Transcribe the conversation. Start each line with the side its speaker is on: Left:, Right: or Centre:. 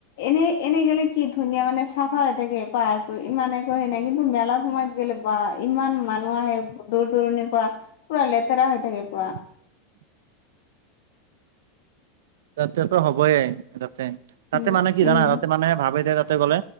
Left: এনেই এনেই গ'লে কি ধুনীয়া মানে চাফা হৈ থাকে পাৰ্ক। ইমান একো সেনেকে, কিন্তু মেলাৰ সময়ত গ'লে বা ইমান মানুহ আহে দূৰ-দূৰণিৰ পৰা। পুৰা লেতেৰা হৈ থাকে, পুৰা।
Right: <inaudible> তাতেটো হ'বই তাতে। তাতে
Left: উম
Right: মানে কি জানা,
Left: উম
Right: তাতে মানে ভাবে যে তাতে গ'লে